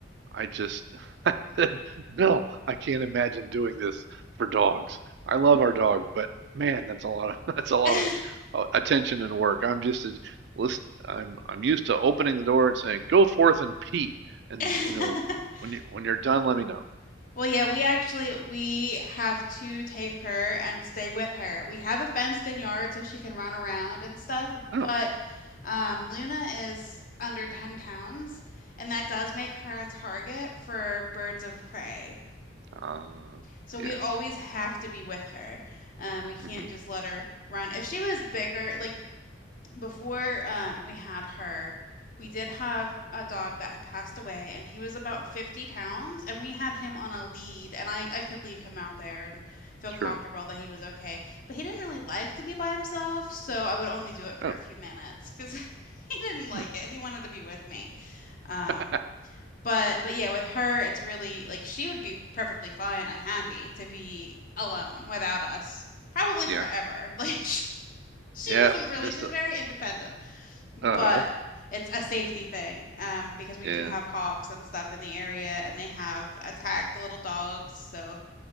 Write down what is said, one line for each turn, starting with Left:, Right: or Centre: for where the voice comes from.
Right: I just, <laughs> I said, Bill, I can't imagine doing this for dogs. I love our dog, but man, that's a lot of, <laughs> that's a lot
Left: awesome.
Right: of
Left: <laughs>
Right: uh, attention and work. I'm just a list. I'm, I'm used to opening the door and saying, go forth and pee. And,
Left: <laughs>
Right: you know, when you, when you're done, let me know.
Left: Well, yeah, we actually we have to take her and stay with her. We have a fenced-in yard so she can run around and stuff,
Right: Oh,
Left: but um, Luna is under 10 pounds, and that does make her a target for birds of prey.
Right: uh,
Left: So we
Right: yes.
Left: always have to be with her. Um, we can't
Right: hmm
Left: just let her run. If she was bigger, like before um, we had her, we did have a dog that had passed away, and he was about 50 pounds, and we had him on a lead, and I, I could leave him out there and feel
Right: Sure.
Left: comfortable that he was okay. But he didn't really like to be by himself, so I would only do it for
Right: Oh,
Left: a few minutes because <laughs> he didn't like
Right: hmm.
Left: it. He wanted to be with me. Um,
Right: <laughs>
Left: but but yeah, with her, it's really like she would be perfectly fine and happy to be alone without us, probably
Right: Yeah.
Left: forever. <laughs> Like she, she
Right: Yep.
Left: doesn't really,
Right: Just,
Left: she's very independent
Right: uh
Left: but
Right: huh.
Left: it's a safety thing um, because we
Right: Yeah.
Left: do have hawks and stuff in the area, and they have attacked the little dogs, so